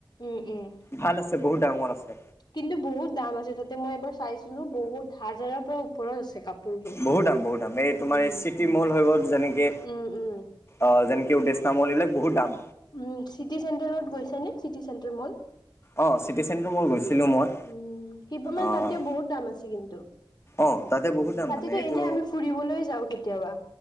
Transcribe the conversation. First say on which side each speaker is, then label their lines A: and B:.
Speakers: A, on the left; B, on the left.
A: উম উম
B: ভাল আছে বহুত ডাঙৰ আছে।
A: কিন্তু বহুত দাম আছে তাতে মই এবাৰ চাইছিলো বহুত হাজাৰৰ পৰা ওপৰত আছে কাপোৰ বোৰ।
B: বহুত দাম বহুত দাম এই তোমাৰ
A: উম।
B: এই চিটি মল হৈ গ'ল যেনেকে
A: উম উম
B: অ যেনেকে উদ্দেশনা মল এইবিলাক বহুত দাম।
A: উ চিটি চেণ্টাৰত গৈছে নে চিটি চেণ্টাৰ মল।
B: অ চিটি চেণ্টৰ মল গৈছিলোঁ মই।
A: উম, কিবা মান
B: অ',
A: তাতে বহুত দাম আছে কিন্তু।
B: অ', তাতে বহুত দাম
A: তাতেতো
B: মানে এইটো
A: এনে আমি ফুৰিবলৈ যাওঁ কেতিয়াবা